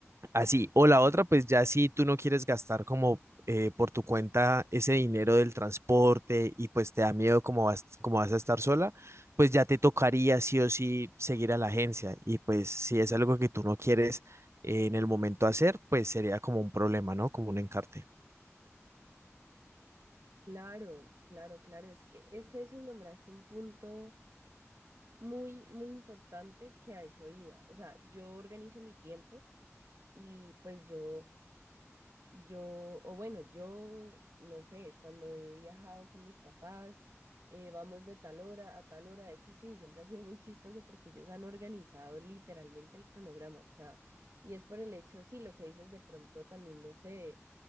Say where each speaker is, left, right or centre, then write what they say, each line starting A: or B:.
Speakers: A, on the right (about 60°); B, on the right (about 80°).
A: Así, o la otra, pues ya si tú no quieres gastar como eh, por tu cuenta ese dinero del transporte y pues te da miedo como vas, como vas a estar sola, pues ya te tocaría sí o sí seguir a la agencia. Y pues si es algo que tú no quieres eh, en el momento hacer, pues sería como un problema, ¿no? Como un encarte.
B: Claro, claro, claro, es que es eso y nombraste un punto muy, muy importante que a eso iba. O sea, yo organizo mi tiempo y pues yo, yo, o bueno, yo, no sé, cuando he viajado con mis papás, eh, vamos de tal hora a tal hora. De hecho, sí, siempre ha sido muy chistoso porque ellos han organizado literalmente el cronograma. O sea, y es por el hecho, sí, lo que dices de pronto también, no sé,